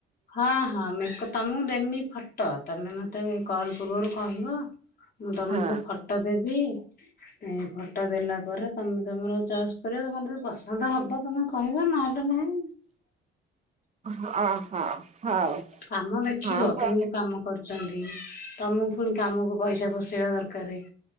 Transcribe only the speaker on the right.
ହଁ।
ହଁ ହଁ ହଉ।
ହଁ ଭଲ।